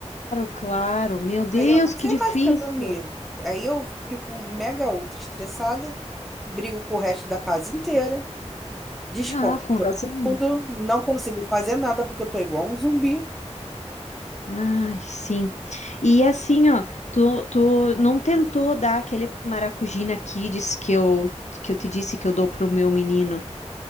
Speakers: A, on the left; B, in the centre.
A: claro. Meu Deus,
B: Aí eu não
A: que
B: sei
A: difícil.
B: mais o que é dormir. Aí eu fico mega ultra estressada, brigo com o resto da casa inteira, desconto
A: Ah, com
B: em todo
A: razão.
B: mundo, não consigo fazer nada porque eu tô igual um zumbi.
A: Ai, sim. E assim, ó, tu, tu não tentou dar aquele maracujina kids que eu, que eu te disse que eu dou pro meu menino?